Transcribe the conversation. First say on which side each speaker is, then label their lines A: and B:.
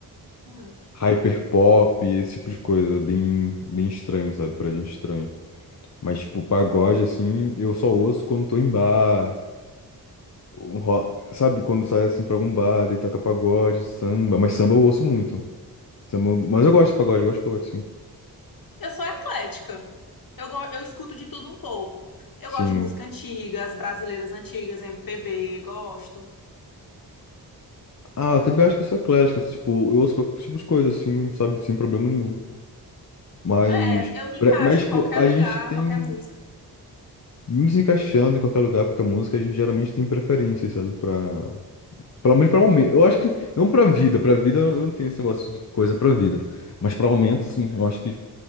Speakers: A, on the left (about 55°); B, on the left (about 40°).
A: Hum.
B: hyperpop, esse tipo de coisa, bem, bem estranho, sabe? Pra gente estranho. Mas, tipo, pagode, assim, eu só ouço quando tô em bar, um ro- sabe? Quando sai, assim, pra algum bar, daí toca pagode, samba. Mas samba eu ouço muito. Samba... Mas eu gosto de pagode, eu gosto de pagode, sim.
A: Eu sou eclética. Eu, go- eu escuto de tudo um pouco. Eu
B: Sim.
A: gosto de música antiga, as brasileiras antigas, MPB, gosto.
B: Ah, eu também acho que eu sou eclético, tipo, eu ouço qualquer tipo de coisa, assim, sabe, sem problema nenhum. Mas,
A: É, eu me
B: pre-
A: encaixo
B: mas tipo,
A: em qualquer
B: a
A: lugar,
B: gente tem,
A: qualquer música.
B: mesmo se encaixando em qualquer lugar, qualquer música, a gente geralmente tem preferências, sabe, pra... Pelo menos pra momento. Eu acho que, não pra vida, pra vida eu não tenho esse negócio de coisa pra vida. Mas pra momento, sim, eu acho que